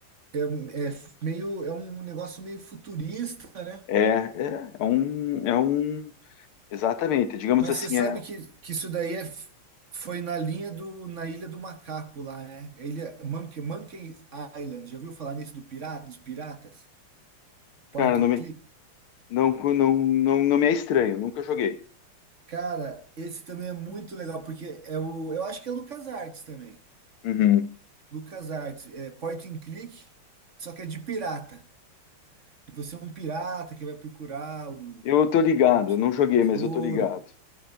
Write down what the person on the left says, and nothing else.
É, é, é um, é um, exatamente. Digamos
assim,
é,
cara,
não
me,
não, não, não, não me é estranho. Nunca joguei.
Uhum.
Eu tô ligado,
eu não joguei,
mas eu tô ligado.